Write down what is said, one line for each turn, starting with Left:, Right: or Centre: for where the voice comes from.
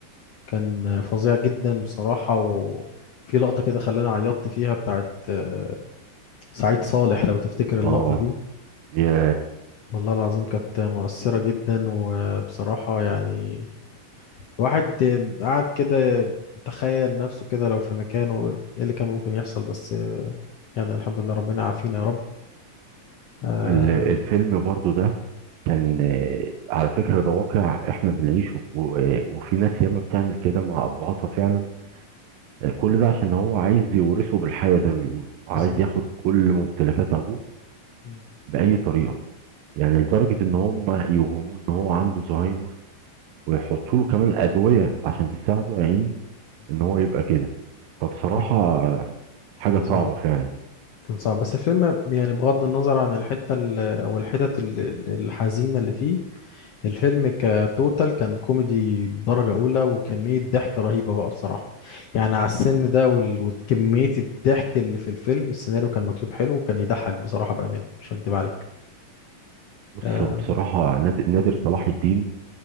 Left: كان فظيع جدا بصراحة وفي لقطة كده خلاني عيطت فيها بتاعة آه، سعيد صالح لو تفتكر اللقطة
Right: اه
Left: دي
Right: يا
Left: والله العظيم كانت مؤثرة جدا وبصراحة يعني واحد قعد كده تخيل نفسه كده لو في مكانه ايه اللي كان ممكن يحصل بس يعني الحمد لله ربنا عافينا يا رب آه
Right: ال- الفيلم برضو ده كان آه، على فكرة ده واقع احنا بنعيشه و- آه، وفي ناس ياما بتعمل كده مع ابهاتها فعلا كل ده عشان هو عايز يورثه بالحياة زي ما بيقولوا عايز
Left: بالظبط
Right: ياخد كل ممتلكات أبوه
Left: مم.
Right: بأي طريقة يعني
Left: صح.
Right: لدرجة إن هم يوهموه إن هو عنده زهايمر ويحطوا له كمان أدوية عشان تساعده يا عيني
Left: مم.
Right: إن هو يبقى كده فبصراحة
Left: صحيح
Right: حاجة
Left: كان صعب
Right: صعبة فعلا
Left: كان صعب بس الفيلم يعني بغض النظر عن الحتة ال- أو الحتت ال- ال- الحزينة اللي فيه الفيلم كتوتال كان كوميدي درجة أولى وكمية ضحك رهيبة بقى بصراحة يعني على السن ده وال- وكمية الضحك اللي في الفيلم السيناريو كان مكتوب حلو وكان يضحك بصراحة بأمانة مش هكدب عليك
Right: بص
Left: آه
Right: هو بصراحة ناد- نادر صلاح الدين